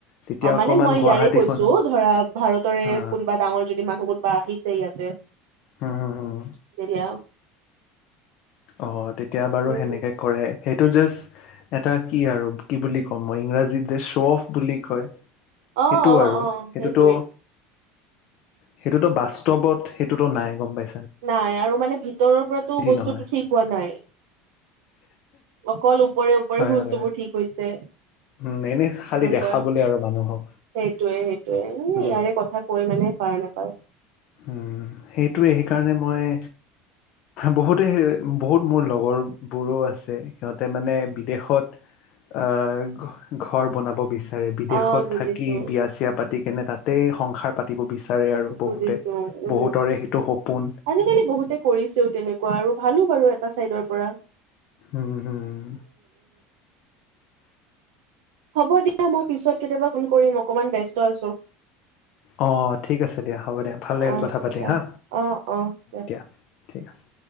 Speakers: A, on the left; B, on the right.
A: তেতিয়া
B: অ
A: অকমান
B: মানে মই
A: গুৱাহাটীখন
B: ইয়াৰে কৈছো ধৰা ভাৰতৰে
A: হা
B: কোনোবা ডাঙৰ যদি মানুহ কোনোবা আহিছে ইয়াতে তেতিয়া
A: হম হম হম অ তেতিয়া বাৰু
B: উম
A: সেনেকে কৰে সেইটো জাষ্ট এটা কি আৰু কি বুলি কম মই ইংৰাজীত যে শ্ব' অফ বুলি কয়।
B: অ
A: সেইটো
B: অ
A: আৰু
B: অ
A: সেইটোতো
B: সেইটোৱে
A: সেইটোতো বাস্তৱত সেইটোতো নাই, গম পাই
B: নাই । আৰু মানে ভিতৰৰ পৰাতো বস্তুটো
A: নহয়
B: ঠিক হোৱা নাই । অকল ওপৰে - ওপৰে
A: হয়
B: বস্তুবোৰ
A: হয়
B: ঠিক হৈছে। তে এনেকুৱা
A: উম এনেই খালি দেখাবলে
B: ।
A: আৰু
B: সেইটোৱে-
A: মানুহক
B: সেইটোৱে মানে
A: উম
B: ইয়াৰে কথা কৈ মানে পৰা নাই। <unintelligible>
A: উম, সেইটোৱে। সেইকাৰণে মই বহুতে- বহুত মোৰ লগৰবোৰো আছে । সিহঁতে মানে বিদেশত আহ- ঘৰ বনাব বিচা তাৰে বিদেশত
B: অ বুজিছো।
A: থাকি, বিয়া-চিয়া পাতি কেনে তাতেই সংসাৰ পাতিব বিচা তাৰে আৰু বহুতে।
B: বুজিছো উম
A: বহুতৰে
B: ।
A: সেইটো সপোন
B: আজিকালি বহুতে কৰিছেও তেনেকুৱা আৰু ভাল তো বাৰু এটা চাইডৰ পৰা।
A: উম - উম।
B: হ'ব দিয়া। মই পিছত কেতিয়াবা ফোন কৰিম। অকমান ব্যস্ত আছোঁ।
A: অ' ঠিক আছে দিয়া । হ'ব দিয়া । ভাল লাগিল
B: অ',
A: কথা পাতি
B: অ',
A: হা।
B: অ', অ'।
A: দিয়া। ঠিক আছে।